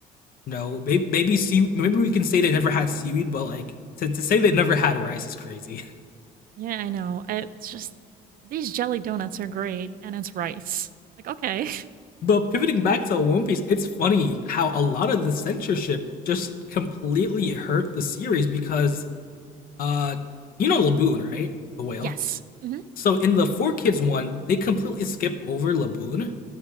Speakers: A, on the left; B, on the right.
A: No, maybe maybe sea, maybe we can say they never had seaweed, but like to, to say they never had rice is crazy. <laughs>
B: Yeah, I know. I, it's just these jelly donuts are great, and it's rice. Like, okay,
A: But pivoting back to One Piece, it's funny how a lot of the censorship just completely hurt the series because uh you know Laboon, right? The whale.
B: <laughs> yes. hmm
A: So in the Four Kids one, they completely skip over Laboon.